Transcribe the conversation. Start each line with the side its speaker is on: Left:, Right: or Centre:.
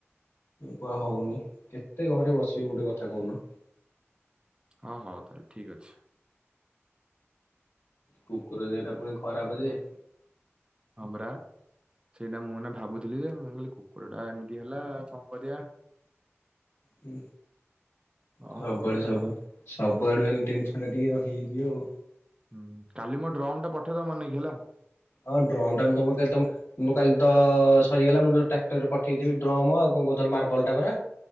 Left: କୁହା ହଉନି କେତେ ଘରେ ବସିବି ଗୁଟେ କଥା କହୁନ।
Right: ହଁ ହଉ ତାହେଲେ ଠିକ ଅଛି।
Left: କୁକୁର ଦେହ ଟା ପୁଣି ଖରାପ ଯେ।
Right: ହଁ ପରା ସେଇଟା ମୁଁ ଏଇନା ଭାବୁଥିଲି ଯେ ମୁଁକହିଲି କୁ କୁକୁର ଟା ଏମିତି ହେଲା କଣ କରିବା।
Left: ହୁଁ
Right: ଅ
Left: ସବଆଡେ
Right: ହଉ ଛାଡ
Left: ସବୁ। ସବୁଆଡୁ ଏଇନେ ଟେନସନଟା ଟିକେ ରହିଯାଇଛି ଆଉ।
Right: ହୁଁ କାଲି ମୋ ଡ୍ରମ ଟା ପଠେଵ ମନେକି ହେଇା।
Left: ହଁ ଡ୍ରମଟା ମୁ ମୁଁ କାଲି ତ ସରିଗଲା ମୁଁ ଟ୍ରାକ୍ଟର ରେ ପଠେଇଦେବି ଡ୍ରମ ଆଉକ କଣ କହୁଥଲ ମାର୍ବଲଟା ପରା।